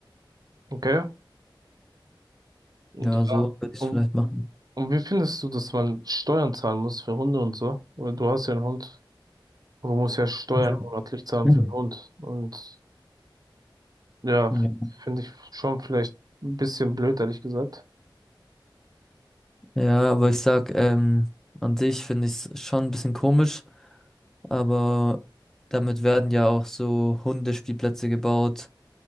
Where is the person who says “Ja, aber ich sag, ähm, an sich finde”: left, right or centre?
Centre